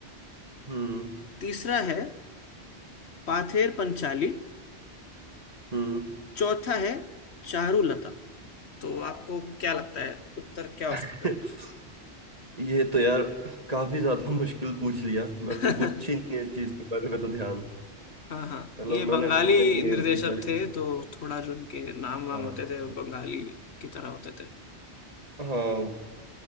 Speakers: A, on the right; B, on the left.
A: हम्म
B: तीसरा है पाथेर पंचाली
A: हम्म
B: चौथा है चारुलता तो आपको क्या लगता है उत्तर क्या हो
A: <laughs>
B: सकता है
A: ये तो यार काफी ज्यादा मुश्किल पूछ लिया मेरे
B: <laughs>
A: को कुछ ही नहीं है इस चीज के बारे में तो ध्यान
B: हाँ हाँ
A: मतलब
B: ये बंगाली
A: मैंने सुना ही नहीं है
B: निर्देशक
A: उनकी पहली
B: थे
A: फिल्म
B: तो थोड़ा जो उनके नाम वाम
A: हाँ
B: होते थे वो बंगाली की तरह होते थे
A: हाँ